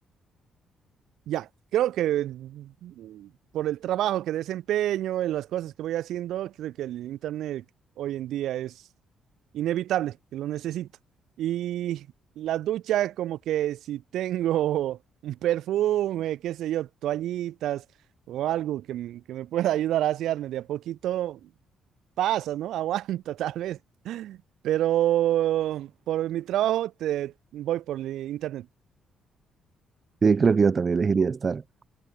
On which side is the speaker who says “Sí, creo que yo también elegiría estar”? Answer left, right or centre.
Right